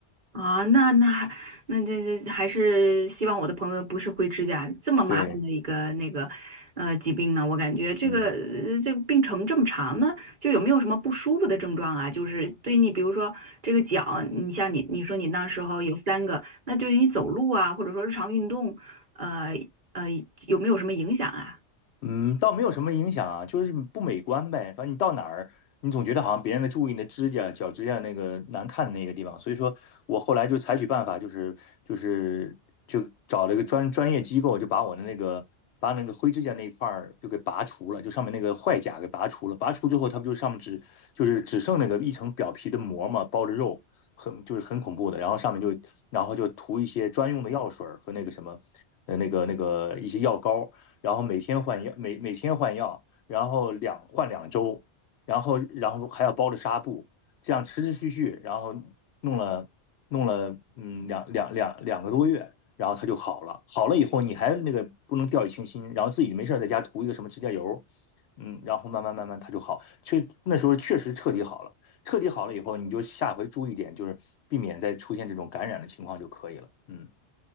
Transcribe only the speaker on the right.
啊，那那还那这这还是希望我的朋友不是灰指甲这么麻烦的一个那个呃疾病呢。
我感觉这个呃这个病程这么长呢，
就有没有什么不舒服的症状啊？就是对你，比如说这个脚，你像你你说你那时候有三个，那对于你走路啊，或者说日常运动，呃呃有没有什么影响啊？